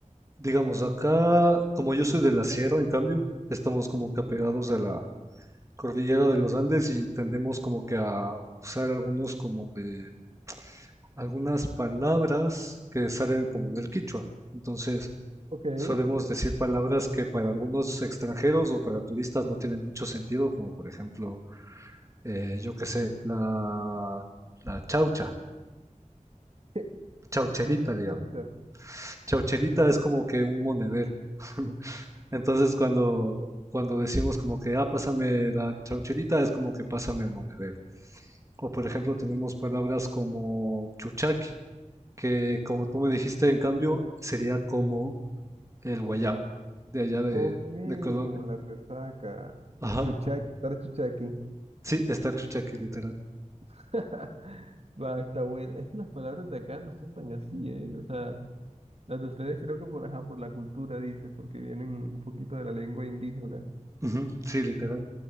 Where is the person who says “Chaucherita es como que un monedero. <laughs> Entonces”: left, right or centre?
Right